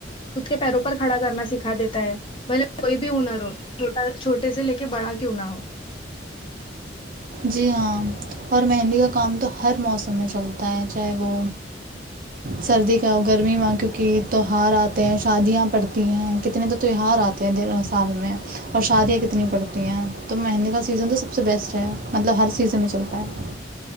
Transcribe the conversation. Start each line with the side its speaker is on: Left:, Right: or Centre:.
Left: خود کے پیروں پر کھڑا کرنا سکھا دیتا ہے بھلے کوئی بھی ہنر ہوو چھوٹے سے لے کے بڑا کیوں نہ ہو
Right: جی ہاں اور مہندی کا کام تو ہر موسم میں چلتا ہے چاہے وہ سردی کا ہو گرمی میں کیونکہ تہوہار آتے ہیں شادیاں پڑتی ہیں کتنے تو تہوہار آتے ہیں سال میں اور شادیاں کتنی پڑتی ہیں تو مہندی کا سیزن تو سب سے بیسٹ مطلب ہر چیزن میں چلتا ہے